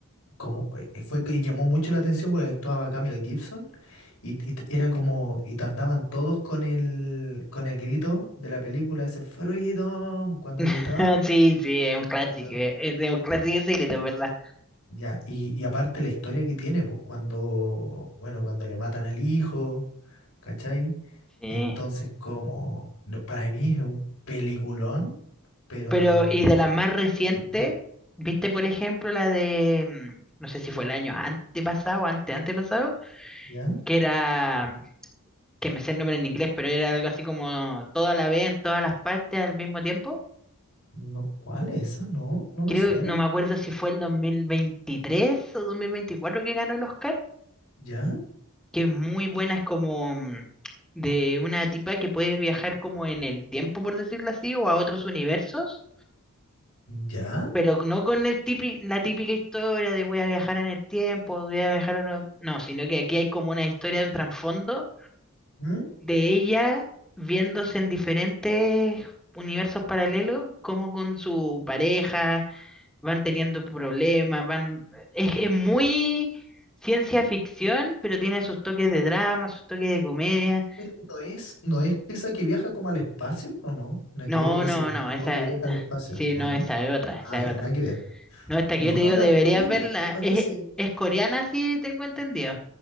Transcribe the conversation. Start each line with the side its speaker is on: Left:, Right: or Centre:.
Left: como, eh, eh, fue que llamó mucho la atención porque actuaba Camel Gibson y, y t- era como, y t- andaban todos con el, con el grito de la película, ese Freedom, cuando
Centre: <laughs>
Left: gritaba.
Centre: Sí, sí, es un clásico,
Left: cuando-
Centre: es un clásico secreto, ¿verdad?
Left: Ya, y, y aparte la historia que tiene, pues cuando, bueno, cuando le matan al hijo, ¿cachai?
Centre: Sí.
Left: Entonces, como, no, para mí es un peliculón, pero
Centre: Pero, y de las
Left: espectacular,
Centre: más recientes, ¿viste, por ejemplo, la de, mm, no sé si fue el año antepasado, ante antepasado?
Left: ¿ya?
Centre: que era, que me sé el nombre en inglés, pero era algo así como toda la vez, en todas las partes al mismo tiempo.
Left: No, ¿cuál es esa? No, no me
Centre: Creo,
Left: suena.
Centre: no me acuerdo si fue el 2023 o 2024 que ganó el Oscar,
Left: ¿Ya?
Centre: que es muy buena, es como mm, de una tipa que puede viajar como en el tiempo, por decirlo así, o a otros universos,
Left: ¿Ya?
Centre: pero no con el típi- la típica historia de voy a viajar en el tiempo, voy a viajar a... lo- No, sino que aquí hay como una historia de un trasfondo
Left: ¿Mm?
Centre: de ella viéndose en diferentes universos paralelos, como con su pareja van teniendo problemas, van... Es, es muy ciencia ficción, pero tiene sus toques de drama, sus toques de comedia.
Left: Pero no es, no es esa que viaja como al espacio, ¿o no? Nada
Centre: No,
Left: que ver, o
Centre: no,
Left: es el
Centre: no,
Left: tipo
Centre: esa...
Left: que viaja al espacio,
Centre: Sí,
Left: ¿o
Centre: no,
Left: no?
Centre: esa es otra, esa
Left: Ah, ya,
Centre: es otra.
Left: nada que ver.
Centre: No, esta
Left: No,
Centre: que yo te
Left: no
Centre: digo,
Left: la,
Centre: deberías
Left: no la he
Centre: verla.
Left: visto, parece.
Centre: Es, es coreana, sí, tengo entendido.